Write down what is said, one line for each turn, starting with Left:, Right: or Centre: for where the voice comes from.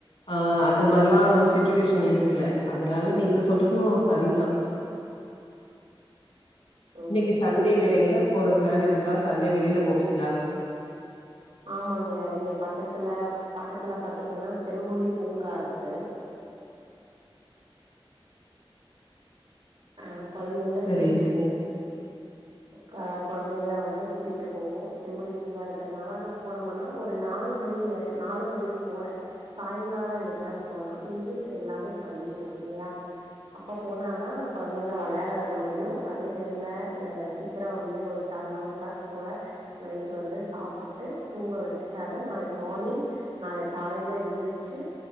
Left: ஆ அந்த மார்லா சுச்சுவேஷன் இருக்குல்ல அதனால நீங்க சொல்றது சரிதா
Right: ம்
Left: இன்னிக்கு சண்டே
Right: ஆமா
Left: வேற எங்க போற ப்ளான் இருக் கா சண்டே வெளிலப் போவிங்ளா
Right: ஆமாங்க இங்க பக்கத்துல பக்கத்துல பாத்தீங்கன்னா செம்மொழி பூங்கா இருக்கு ஆ கொழந்தைங்கள
Left: சரி
Right: கூட்டிட்டு போவுனு கா கொழந்தைங்களா வந்து கூட்டிட்டு போவோ, செம்மொழி பூங்கா இருக்கறனால அங்க போனம்மன்னா ஒரு நாலு மணி நே நாலு மணிக்கு போல சாயங்கால நேரம் போனா வெயில் எல்லாமே தனிஞ்சிரு இல்லையா அப்ப போனாதா கொழந்தைங்கள வெளையாட வைக்க முடியு, அதே டைம்ல அ சீக்கிரம் வந்து ஒரு செவன் ஓ கிளாக் போல நைட் வந்து சாப்புட்டு தூங்க வச்சாத நாளைக்கு மார்னிங் நாளைக்கு காலையில எந்திரிச்சு